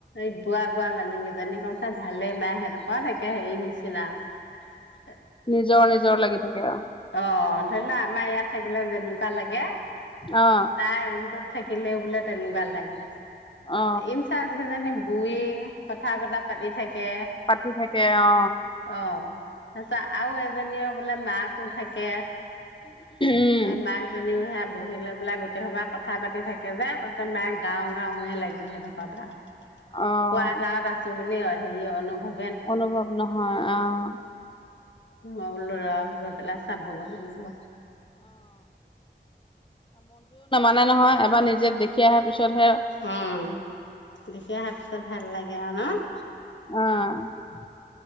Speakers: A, on the left; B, on the left.
A: এই বোৱা বোৱা মানুহকিজনী কৈছে ভালে পায় <unintelligible> হেৰি নিচিনা আৰু
B: নিজৰ, নিজৰ লাগি <unintelligible>
A: অ', ধৰি লোৱা আমাৰ ইয়াত থাকিলে যেনেকুৱা লাগে
B: অ
A: তাৰ ৰুমটোত থাকিলেয়ো বোলে তেনেকুৱা লাগে।
B: অ
A: ইনচাৰ্জ কিজনি <unintelligible> কথা বতৰা পাতি থাক হে
B: পাতি থাকে অ
A: অহ, তাৰ পিছত আৰু এজনীয় পে বোলে মাকো থাকে।
B: উম
A: সেই মাক জনিও বহি লৈ পেলাই গোটেই সোপাই কথা পাতি থাকে যে, কৈছে নাই গাঁও গাঁওৱে লাগে সেইডখৰ বা
B: অ'
A: কোৱাটাত আছো বুলি কিয় হেৰীয় অনুভৱ
B: অনুভৱ নহয় অহ।
A: উ <unintelligible> বোলো ৰ' গৈ পেলাই চাবগৈ লাগিব।
B: নাই নহয় এবাৰ নিজে দেখি অহাৰ পিছতহে
A: উম, দেখি অহাৰ পিছত ভাল লাগে। না <unintelligible>
B: অহ।